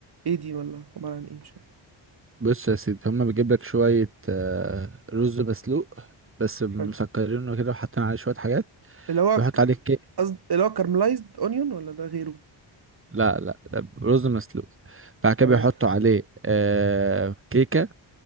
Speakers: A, on the right (about 55°); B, on the right (about 25°).
A: ايه دي ولا عباره عن ايه مش عارف
B: بص يا سيدي هما بيجيب لك شوية آه، رز مسلوق بس مسكرينه
A: حلو
B: كده وحاطين عليه شوية حاجات
A: اللي هو
B: بيحط عليه كيك
A: قصد اللي هو كارملايزد اونيون ولا ده غيره
B: لا لا ده رز مسلوق بعد كده
A: تمام
B: بيحطوا عليه آه كيكة